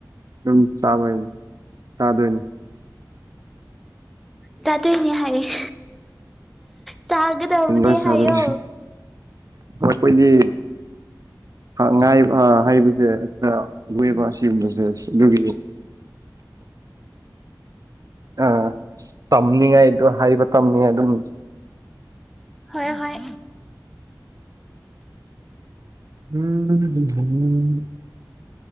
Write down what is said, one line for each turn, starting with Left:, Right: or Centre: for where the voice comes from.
Right: ꯑꯗꯨꯝ ꯆꯥꯃꯩ ꯆꯥꯗꯣꯏꯅꯤ꯫
Centre: ꯆꯥꯗꯣꯏꯅꯤ ꯍꯥꯏꯌꯦ꯫ ꯆꯥꯒꯗꯕꯅꯤ
Right: ꯂꯣꯏ ꯆꯥꯗꯣꯏꯅꯤ
Centre: ꯍꯥꯏꯌꯣ꯫
Right: ꯑꯩꯈꯣꯏꯗꯤ ꯉꯥꯏ ꯍꯩꯕꯁꯦ ꯈꯔ ꯂꯨꯌꯦꯕ ꯁꯤꯒꯨꯝꯕꯁꯦ ꯑꯗꯨꯒꯤ꯫ ꯑ ꯇꯝꯃꯤꯉꯥꯏ ꯑꯗꯨ ꯍꯥꯏꯕ ꯇꯝꯅꯤ ꯑꯗꯨꯝ
Centre: ꯍꯣꯏꯌꯦ ꯍꯣꯏ꯫
Right: ꯎꯝ꯫ <unintelligible>